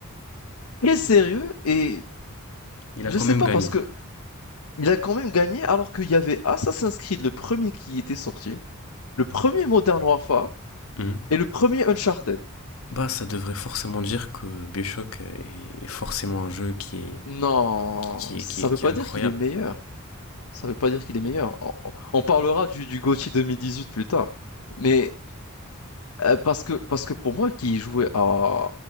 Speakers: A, on the left (about 80°); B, on the left (about 70°).
A: très sérieux et
B: Il
A: je
B: a quand
A: sais
B: même
A: pas
B: gagné.
A: parce que il a quand même gagné alors qu'il y avait Assassin's Creed le premier qui était sorti, le premier Modern Warfare
B: Mhm.
A: et le premier Uncharted.
B: Bah, ça devrait forcément dire que Bioshock est forcément un jeu qui est
A: Non,
B: qui
A: ça
B: est, qui
A: ça
B: est,
A: veut
B: qui
A: pas
B: est incroyable.
A: dire qu'il est meilleur. Ça veut pas dire qu'il est meilleur. On, on- on parlera du, du GOTY 2018 plus tard. Mais euh, parce que parce que pour moi qui jouait à